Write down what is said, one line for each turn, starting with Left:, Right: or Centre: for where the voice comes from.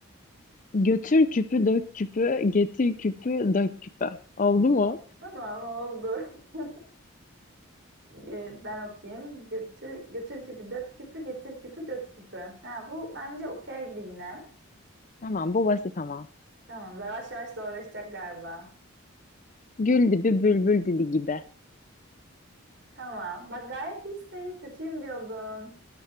Left: Götür küpü dök küpü, getir küpü dök küpü. Oldu mu?
Right: Tamam oldu. <laughs> Ee, ben okuyayım. Götür, götür küpü dök küpü getir küpü dök küpü. Ha, bu bence okeydi yine.
Left: Tamam bu basit ama.
Right: Tamam yavaş yavaş zorlaşacak galiba.
Left: Gül dibi bülbül dili gibi.
Right: Tamam bak gayet iyisin kötüyüm diyordun.